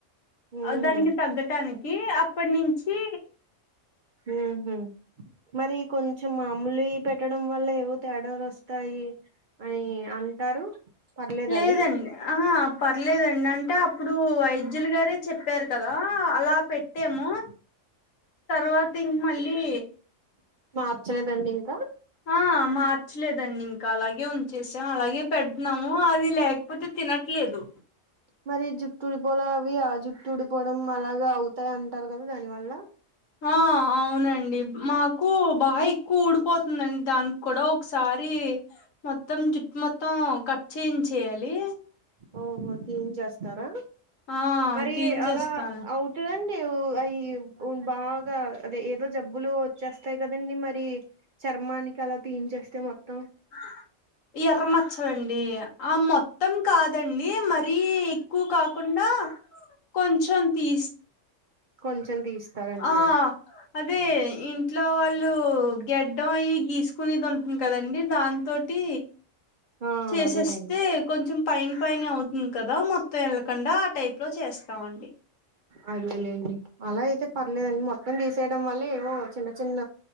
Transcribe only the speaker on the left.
దానికి తగ్గటానికి అప్పటి నుంచి
లేదండి
ఆహా పర్లేదండి అంటే అప్పుడు వైద్యులు గారే చెప్పారు కదా అలా పెట్టేము, తర్వాత ఇంక మళ్ళీ
ఆ మార్చలేదండి ఇంకా అలాగే ఉంచేసాం అలాగే పెడుతున్నాము అది లే లేకపోతే తినట్లేదు
ఆ అ అవునండి మాకు బాగా ఎక్కువ ఊడిపోతుందండి దానికి కూడా ఒకసారి మొత్తం జుట్టు మొత్తం కట్ చెంచేయాలి,
ఆ
తీయించేస్తాను
<unintelligible> ఎర్ర మచ్చ అండి ఆ మొత్తం కాదండి మరీ ఎక్కువ కాకుండా కొంచెం తీస్
ఆ అదే ఇంట్లో వాళ్ళు గడ్డం అయి గీసుకునేది ఉంటది కదండి దాన్ తోటి
చేసేస్తే
కొంచెం పైన పైనే అవుతుంది కదా మొత్తం ఎళ్ళకుండా ఆ టైప్ ప్రొ చేస్తామండి